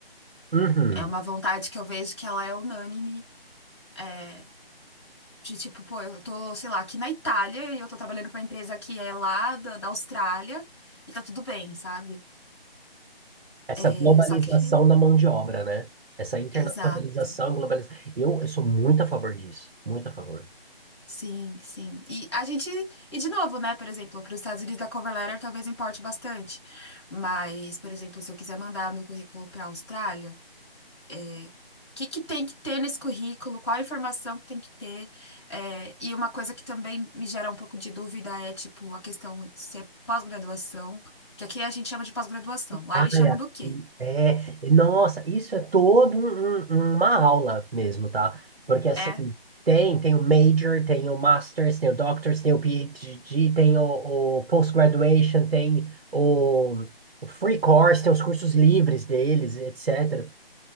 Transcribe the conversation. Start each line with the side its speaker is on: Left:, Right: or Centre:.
Right: Uhum.
Left: É uma vontade que eu vejo que ela é unânime. é, De tipo, pô, eu tô, sei lá, aqui na Itália e eu tô trabalhando pra uma empresa que é lá da, da Austrália e tá tudo bem, sabe?
Right: Essa
Left: É,
Right: globalização
Left: só que.
Right: da mão de obra, né? Essa internacionalização,
Left: Exato.
Right: globalização. Eu, eu sou muito a favor disso, muito a favor.
Left: Sim, sim. E a gente. E de novo, né? Por exemplo, para os Estados Unidos a cover letter talvez importe bastante. Mas, por exemplo, se eu quiser mandar meu currículo para a Austrália. o que que tem que ter nesse currículo, qual a informação que tem que ter. É, e uma coisa que também me gera um pouco de dúvida é, tipo, a questão de se é pós-graduação, que aqui a gente chama de pós-graduação, lá
Right: Ai,
Left: eles chamam
Right: aqui,
Left: do quê?
Right: é, nossa, isso é todo um- um- uma aula mesmo, tá? Porque assim,
Left: É,
Right: tem, tem o major, tem o master's, tem o doctor's, tem o PhD, tem o, o post-graduation, tem o, o free course, tem os cursos livres deles, etc.